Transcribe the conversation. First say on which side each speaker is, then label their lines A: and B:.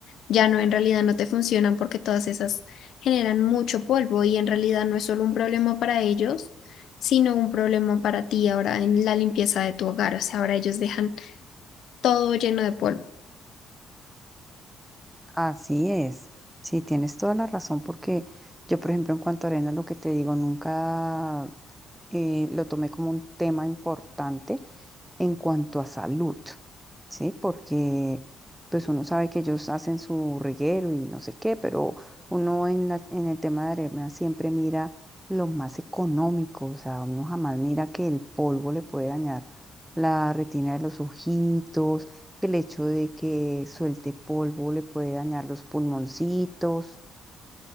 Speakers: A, on the left; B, in the centre.
A: ya no, en realidad no te funcionan porque todas esas generan mucho polvo y en realidad no es solo un problema para ellos sino un problema para ti ahora en la limpieza de tu hogar. O sea, ahora ellos dejan todo lleno de polvo.
B: Así es, sí, tienes toda la razón porque yo, por ejemplo, en cuanto a arena, lo que te digo, nunca eh, lo tomé como un tema importante en cuanto a salud, ¿sí? Porque pues uno sabe que ellos hacen su reguero y no sé qué, pero uno en la- en el tema de arena siempre mira lo más económico, o sea, uno jamás mira que el polvo le puede dañar la retina de los ojitos, que el hecho de que suelte polvo le puede dañar los pulmoncitos.